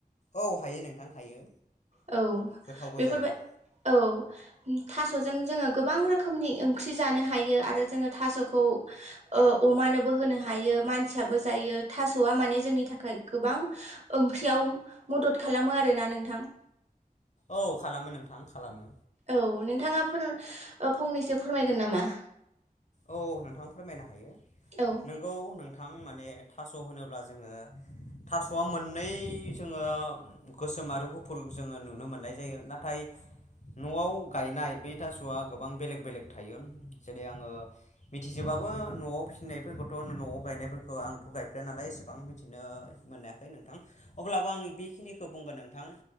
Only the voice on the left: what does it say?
औ हायो नोंथां हायो
गोथावबो
जायो।
औ खालामो नोंथां खालामो।
औ नोंथां फोरमायनो हायो
नोंगौ नोंथ गोथां माने थास' होनोब्ला जोङो थास'आ मोननै जोङो गोसोम आरो गुफुर जोङो नुनो मोननाय जायो नाथाय न'आव गायनाय बै थास'आ गोबां बेलेग बेलेग थायो जेरै आंङो मिथिजोबाबो न'आव फिनायफोरखौथ' न'आव गायनायफोरखौ आंथ' गायफेराया नालाय एसेबां मिथिनो मोनायाखै नोंथां अब्लाबो आं बेखिनिखौ बुंगोन नोंथां।